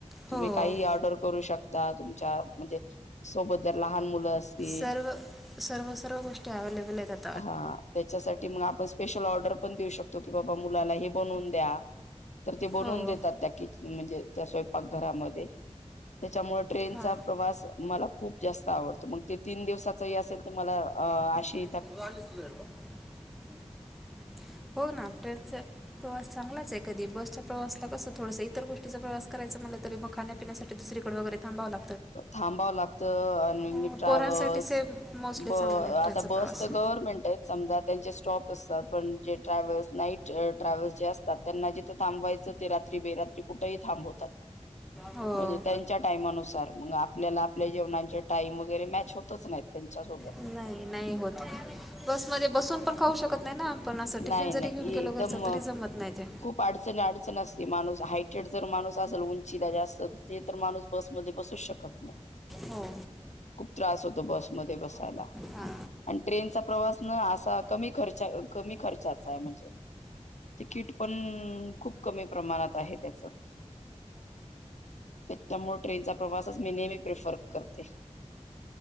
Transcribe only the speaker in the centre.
हो
सर्व सर्व सर्व गोष्टी अवेलेबल आहेत आत
हो हो
हां
<unintelligible> हो ना अ टेच प्रवास चांगलाच आहे कधी बसचा प्रवासला कस थोडस इतर गोष्टीचा प्रवास करायच म्हटलं तरी मग खाण्यापिण्यासाठी दुसरीकड वगैर थांबावला
अं,
पोरांसाठी से मोस्टली
चांगलं आहे
ट्रेनचा प्रवास
हो
नाही <inaudible> बसमध्ये बसून पण खाऊ शकत नाही ना आपण असं टिफिन
जरी
घेऊन गेलो
घरच तरी जमत नाही ते.
हो,
हां